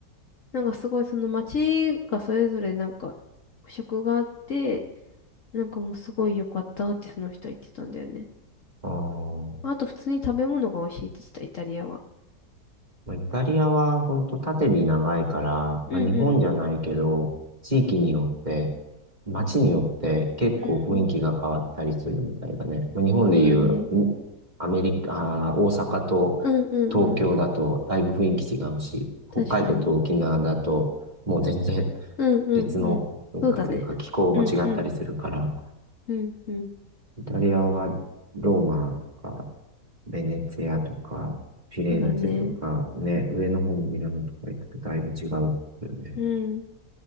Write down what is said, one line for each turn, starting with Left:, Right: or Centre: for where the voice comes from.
Left: なんかすごいその街がそれぞれなんか特色があって、なんかもうすごい良かったってその人は言ってたんだよね。
Right: あー
Left: あと普通に食べ物が美味しいって言ってた、イタリアは。
Right: まあ、イタリアは本当縦に長いから、
Left: うんうん。
Right: まあ、日本じゃないけど、地域によって、街によって結構雰囲気が変わったりするみたいだね。
Left: うん。
Right: まあ、日本でいう、
Left: そうだね。
Right: にアメリカ、あー、大阪と
Left: うんうんうん。
Right: 東京だとだいぶ雰囲気違うし、北海道と沖縄だともう全然
Left: 確かに。うんうんうん。
Right: <laughs> 別の文化というか気候も違ったりするから、
Left: そうだね。うんうんうんうん。
Right: イタリアはローマとかベネツィアとか、フィレンツェとか、
Left: そうだね。
Right: ね、上の方のミラノとか行くとだいぶ違うっていうね。
Left: うん。